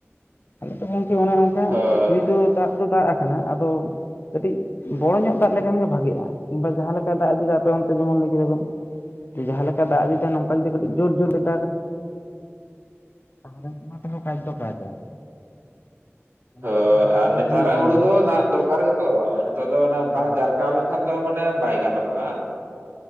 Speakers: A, on the left; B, on the right.
A: ᱟᱞᱮ ᱛᱚ ᱜᱚᱝᱠᱮ ᱚᱱᱮ ᱚᱱᱠᱟ
B: ᱦᱳᱭ
A: ᱦᱩᱭ ᱫᱚ ᱫᱟᱜ ᱫᱚ ᱫᱟᱜ ᱟᱠᱟᱱᱟ ᱟᱫᱚ ᱠᱟᱹᱴᱤᱡ ᱵᱚᱲᱚ ᱧᱚᱜ ᱫᱟᱜ ᱞᱮᱠᱷᱟᱱ ᱜᱮ ᱵᱷᱟᱜᱤᱜᱼᱟ ᱠᱤᱝᱵᱟ ᱡᱟᱦᱟᱸ ᱞᱮᱠᱟ ᱫᱟᱜ ᱤᱫᱤ ᱫᱟ ᱟᱯᱮ ᱚᱱᱛᱮ ᱡᱮᱢᱚᱱ ᱞᱟᱹᱭ ᱠᱮᱫᱟ ᱵᱮᱱ ᱡᱟᱦᱟᱸ ᱞᱮᱠᱟ ᱫᱟᱜ ᱡᱩᱫᱤ ᱱᱚᱝᱠᱟ ᱡᱩᱫᱤ ᱠᱟᱹᱴᱤᱡ ᱡᱳᱨ ᱡᱳᱨ <unintelligible> <unintelligible> ᱚᱱᱟ ᱛᱮᱦᱚᱸ ᱠᱟᱡ ᱫᱚ ᱠᱟᱡᱟ ᱚᱱᱟ
B: ᱦᱳ
A: ᱠᱚᱫᱚ ᱦᱩᱭ
B: ᱟᱨ
A: ᱠᱚᱫᱚ
B: ᱱᱮᱛᱟᱨᱟᱜ
A: ᱦᱩᱭ ᱠᱟᱱ
B: ᱦᱩᱲᱩ
A: ᱜᱮᱭᱟ
B: ᱫᱚ ᱫᱟᱜ ᱫᱚᱨᱠᱟᱨ ᱜᱮᱛᱚ ᱱᱤᱛᱚᱜ ᱫᱚ ᱚᱱᱟ ᱵᱟᱝ
A: ᱦᱮᱸ
B: ᱡᱟᱨᱠᱟ ᱠᱷᱟᱱ ᱫᱚ ᱢᱚᱱᱮ ᱵᱟᱭ ᱜᱟᱱᱚᱜᱚᱜᱼᱟ